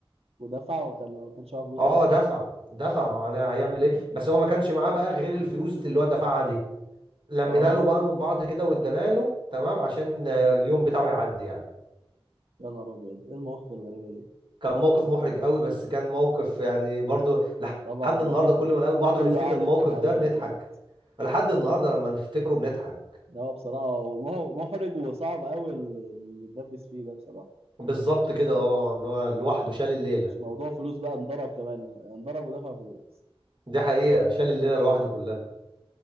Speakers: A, on the right (about 85°); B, on the right (about 55°).
A: ودفع وكان ما كانش معاه فلوس
B: اه
A: أصلا
B: دفع دفع ما انا هيعمل ايه بس هو ما كانش معاه بقى غير الفلوس اللي هو دفعها دي لمينا
A: اه
B: له بقى من بعض كده وادانا له تمام عشان آه، اليوم بتاعه يعدي يعني
A: يا نهار أبيض إيه المواقف الغريبة دي
B: كان موقف محرج قوي بس كان موقف يعني برضو لحد
A: طبعا
B: النهارده
A: اكيد
B: كل ما نقابل بعض
A: كله
B: ونفتكر
A: قاعد
B: الموقف
A: يضحك عليه
B: ده بنضحك
A: اكيد
B: لحد النهارده لما نفتكره بنضحك
A: ده هو بصراحه مه- محرج وصعب قوي اللي اتدبس فيه ده بصراحه
B: بالظبط كده اه ان هو لوحده شال الليله
A: مش موضوع فلوس بقى انضرب كمان انضرب ودفع فلوس
B: دي حقيقه شال الليله لوحده كلها